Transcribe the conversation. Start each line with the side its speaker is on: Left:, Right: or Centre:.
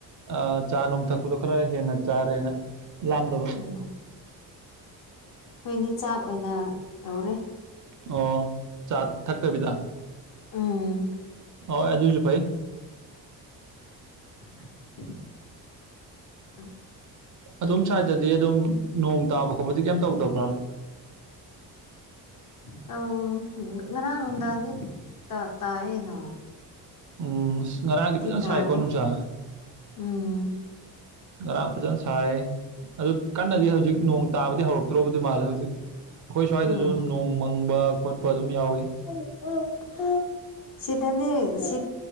Right: ꯑꯥ ꯆꯥ ꯅꯨꯡ ꯊꯛꯄꯗꯣ ꯈꯔ ꯍꯦꯟꯅ ꯆꯥꯔꯦꯅ ꯂꯥꯝꯗꯕ
Left: ꯎꯝ ꯍꯣꯏꯅꯤ ꯆꯥꯛ ꯑꯣꯏꯅ ꯇꯧꯔꯦ
Right: ꯑꯣ ꯆꯥ ꯊꯛꯇꯕꯤꯗ
Left: ꯑꯥ
Right: ꯍꯣꯏ ꯑꯗꯨꯁꯨ ꯐꯩꯏ
Left: <unintelligible>
Right: ꯑꯗꯨꯝ ꯁ꯭ꯋꯥꯏꯗꯗꯤ ꯑꯗꯨꯝ ꯅꯣꯡ ꯇꯥꯕ ꯈꯣꯠꯄꯗꯤ ꯀꯩꯝ ꯇꯧꯗꯕ꯭ꯔꯥ
Left: ꯇ ꯉꯅꯥꯥꯡꯗꯪꯅꯤ ꯇ ꯇꯥꯌꯦꯦꯅꯣ
Right: ꯎꯝ ꯑꯁ ꯉꯔꯥꯡꯗꯤ ꯐꯖꯅ
Left: ꯇꯥꯗꯦ
Right: ꯁꯥꯏꯀꯣ ꯅꯨꯡꯁꯥ
Left: ꯎꯝ
Right: ꯉꯔꯥꯡ ꯐꯖꯅ ꯁꯥꯏ ꯑꯗꯨ ꯀꯟꯅꯗꯤ ꯍꯧꯖꯤꯛ ꯅꯣꯡ ꯇꯥꯕꯗꯤ ꯍꯧꯔꯛꯇ꯭ꯔꯕꯗꯤ ꯃꯥꯜꯂꯦ ꯍꯧꯖꯤꯛ ꯑꯩꯈꯣꯏ ꯁ꯭ꯋꯥꯏꯗꯁꯨ
Left: ꯎꯝ
Right: ꯑꯗꯨꯝ ꯅꯣꯡ ꯃꯪꯕ ꯈꯣꯠꯄ ꯑꯗꯨꯝ ꯌꯥꯎꯏ
Left: ꯑ <unintelligible> ꯁꯤꯗꯅꯦ ꯁꯤ